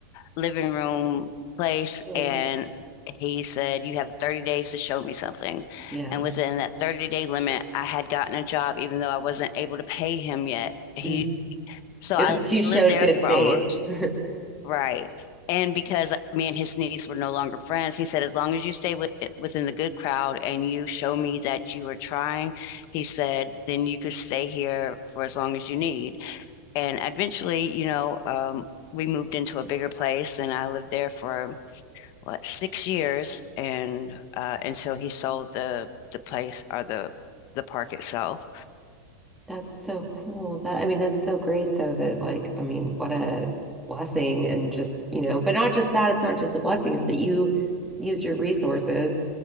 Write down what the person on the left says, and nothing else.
living room place.
And he said, You have 30 days to show me something.
And within that 30 day limit, I had gotten a job, even though I wasn't able to pay him yet. He,
so
I
lived there
for
almost
Right. And because me and his niece were no longer friends, he said, as long as you stay with, within the good crowd and you show me that you are trying, he said, then you could stay here for as long as you need. And eventually, you know, um, we moved into a bigger place and I lived there for what, six years. And uh, until he sold the, the place or the, the park itself.